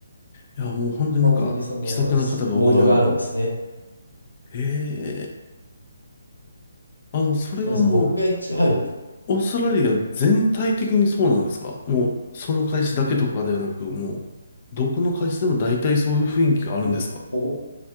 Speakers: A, on the left; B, on the left.
A: や、もう本当になんか、
B: 本当にその、
A: 気さくな方が多いなと。
B: すモードがあるんですね。
A: へえ、あの、それはもう、
B: そうですね。僕が一、はい。
A: オーストラリア全体的にそうなんですかもう、その会社だけとかではなく、もう、どこの会社でも大体そういう雰囲気があるんですか
B: おお